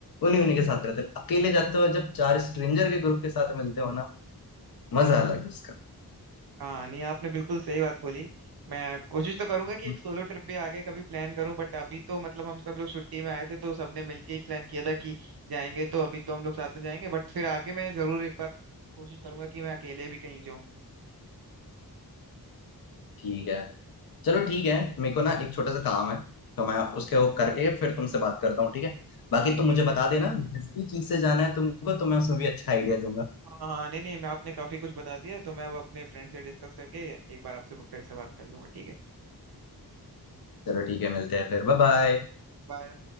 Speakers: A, on the left; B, on the right.
A: उन्हीं उन्हीं के साथ रहते हो अकेले जाते हो जब चार स्ट्रेंजर के ग्रुप के साथ मिलते हो ना मजा अलग है उसका
B: हाँ नहीं आपने बिल्कुल सही बात बोली मैं कोशिश तो करूंगा कि
A: हम्म।
B: एक सोलो ट्रिप भी आगे कभी प्लान करूं बट अभी तो मतलब हम सब लोग छुट्टी में आए थे तो सबने मिलके ही प्लान किया था कि जाएंगे तो अभी तो हम लोग साथ में जाएंगे बट फिर आगे मैं जरूर एक बार कोशिश करूंगा कि मैं अकेले भी कहीं जाऊं
A: ठीक है चलो ठीक है मेरे को ना एक छोटा सा काम है तो मैं उसके वो करके फिर तुमसे बात करता हूँ ठीक है बाकी
B: ठीक है
A: तुम मुझे
B: ठीक है
A: बता देना जिस भी चीज से जाना है तुमको तो मैं उसमें भी अच्छा आइडिया दूंगा
B: हाँ हाँ नहीं नहीं मैं आपने काफी कुछ बता दिया तो मैं अब अपने फ्रेंड से डिस्कस करके एक बार आपसे फिर से बात कर लूंगा ठीक है
A: चलो ठीक है मिलते हैं फिर बाय बाय
B: बाय